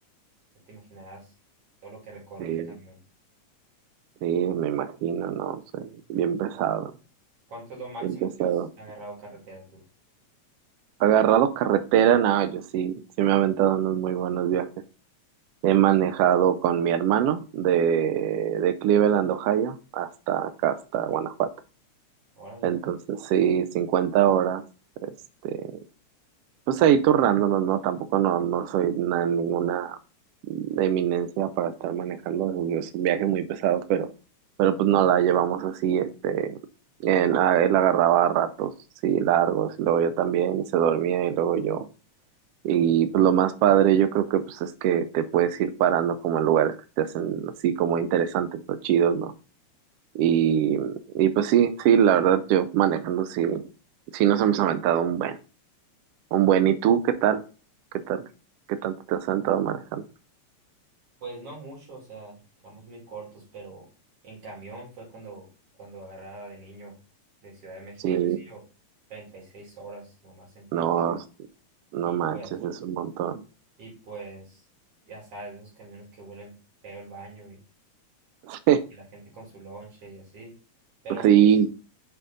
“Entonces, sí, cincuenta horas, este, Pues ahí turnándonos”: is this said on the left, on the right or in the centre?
Right